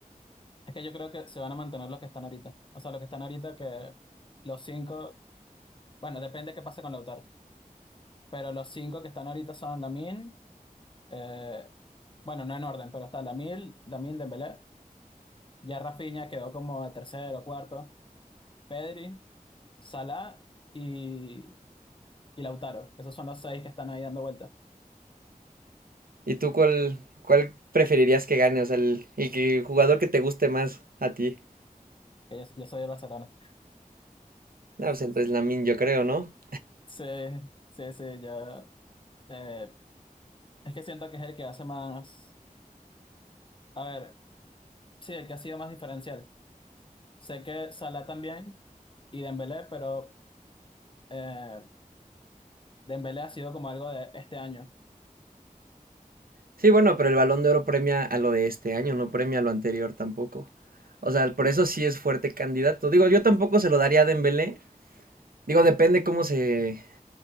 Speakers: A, on the left; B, on the right.
A: Es que yo creo que se van a mantener los que están ahorita. O sea, los que están ahorita que los cinco, bueno, depende qué pase con Lautaro, pero los cinco que están ahorita son Lamine, eh, bueno, no en orden, pero está Lamine, Lamine Dembélé, ya Rafinha quedó como de tercero, o cuarto, Pedri, Salah y y Lautaro. Esos son los seis que están ahí dando vueltas.
B: ¿Y tú cuál, cuál preferirías que gane? O sea, el, el que- el jugador que te guste más a ti.
A: Que yo, yo soy el Barcelona.
B: No, pues entonces Lamine, yo creo, ¿no?
A: Sí, sí, sí, yo. eh, es que siento que es el que hace más. A ver, sí, el que ha sido más diferencial. Sé que Salah también y Dembélé, pero eh, Dembélé ha sido como algo de este año.
B: Sí, bueno, pero el Balón de Oro premia a lo de este año, no premia a lo anterior tampoco. O sea, por eso sí es fuerte candidato. Digo, yo tampoco se lo daría a Dembélé. Digo, depende cómo se